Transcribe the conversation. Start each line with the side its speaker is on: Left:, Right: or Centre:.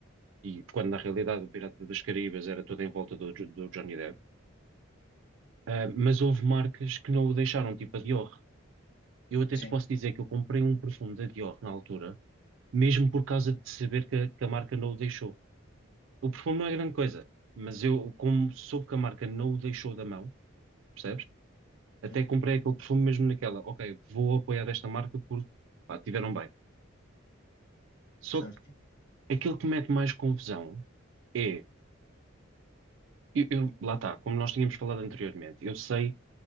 Right: e quando na realidade o Pirata das Caraíbas era todo em volta do, Jo- do Johnny Depp, Ah, mas houve marcas que não o deixaram, tipo a Dior. Eu até
Left: Sim,
Right: te posso dizer que eu comprei um perfume da Dior na altura, mesmo por causa de saber que, a que a marca não o deixou. O perfume não é grande coisa, mas eu, como soube que a marca não o deixou da mão, percebes? Até
Left: sim.
Right: comprei aquele perfume mesmo naquela, ok, vou apoiar esta marca porque pá, tiveram bem. Só
Left: Certo.
Right: que Aquilo que mete mais confusão é, eu, eu- lá está, como nós tínhamos falado anteriormente, eu sei